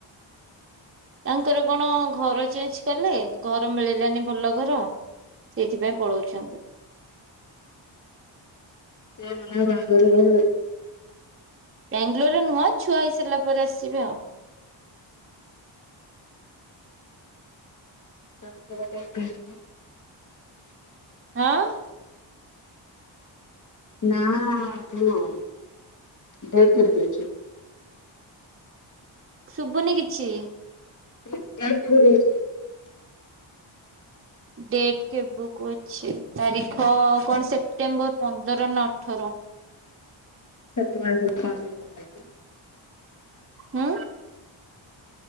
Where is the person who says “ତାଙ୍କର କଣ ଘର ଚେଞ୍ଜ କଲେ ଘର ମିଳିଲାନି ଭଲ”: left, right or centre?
Right